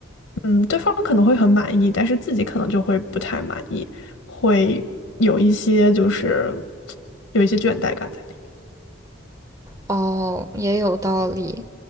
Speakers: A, on the left; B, on the right.
A: 嗯，对方可能会很满意，但是自己可能就会不太满意，会有一些就是有一些倦怠感在里面。
B: 哦，也有道理。